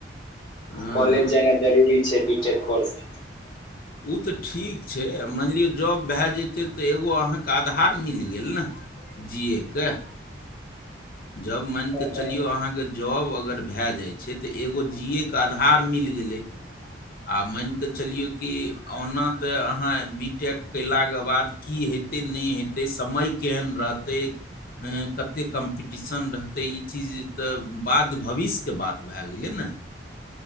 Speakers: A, on the left; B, on the left.
A: हँ
B: कॉलेज जेनाइ जरूरी छैय बीटेक कोर्समे,
A: से उ तऽ ठीक छैय मानि लिअ जॉब भए जेतै तऽ एगो अहाँके आधार मिल गेल नेह। जियैके। जब मानिके
B: हँ
A: चलियौ अहाँके जॉब अगर भए जाइ छैय तऽ एगो जियैए के आधार मिल गेलै। आ मानिके चलिऔ कि ओना तऽ अहाँ बीटेक कयलाके बाद की हेतै नहि हेतै समय केहन रहतै कते कम्प कम्पिटिशन रहतै ई चीज तऽ बाद भविष्यके बात भए गेलै नह।